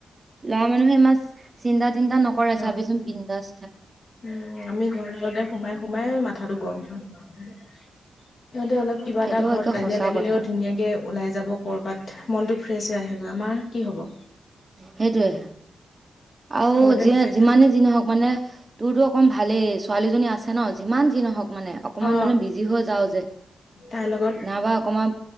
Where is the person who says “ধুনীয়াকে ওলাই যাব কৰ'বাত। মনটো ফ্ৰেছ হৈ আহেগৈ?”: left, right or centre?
Left